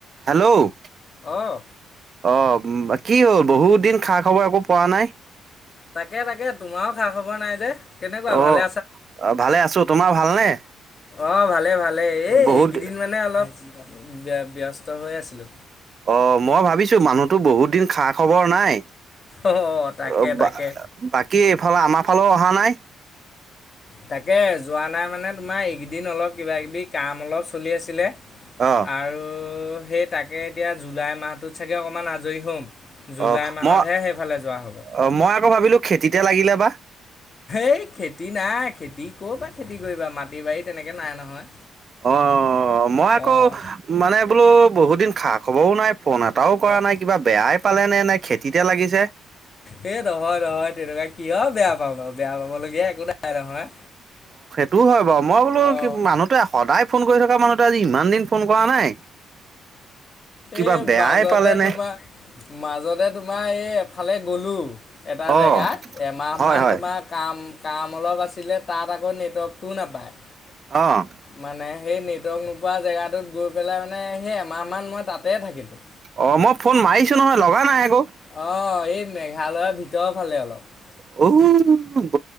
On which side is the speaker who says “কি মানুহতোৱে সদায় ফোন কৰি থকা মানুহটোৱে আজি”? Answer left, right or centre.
Right